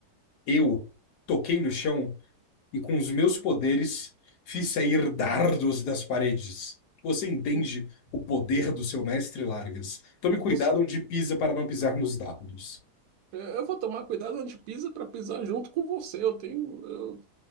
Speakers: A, on the left; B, on the right.
A: Eu toquei no chão e com os meus poderes fiz sair dardos das paredes. Você entende
B: Vo-
A: o poder do seu mestre Largas. Tome
B: Você,
A: cuidado onde pisa para não pisar nos dardos.
B: é, eu vou tomar cuidado onde pisa para pisar junto com você. Eu tenho, eu,